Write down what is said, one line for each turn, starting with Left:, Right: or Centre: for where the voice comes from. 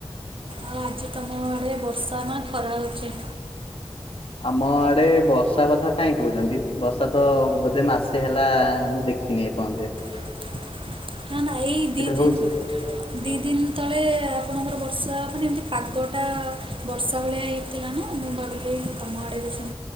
Right: ଆଉ ଆଜି ତମ ଆଡ଼େ ବର୍ଷା ନା ଖରା ହେଉଛି।
Left: ଆମ ଆଡ଼େ ବର୍ଷା କଥା କାହିଁ କହୁଛନ୍ତି ବର୍ଷା ତ ବୋଧେ ମାସେ ହେଲା ମୁଁ ଦେଖ ନି ଏ ପର୍ଯ୍ୟନ୍ତ।
Right: <unintelligible> ନା ନା ଏଇ ଦି ତି
Left: ହଉଛି
Right: ଦିନ୍ ଦିଇ ଦିନ୍ ତଳେ ଆପଣଙ୍କର ବର୍ଷା ମାନେ ଏମିତି ପାଗଟା ବର୍ଷା ଭଳିଆ ହେଇଥିଲା ନା ମୁଁ ଭାବିଲି ତମ ଆଡ଼େ ବି ସେ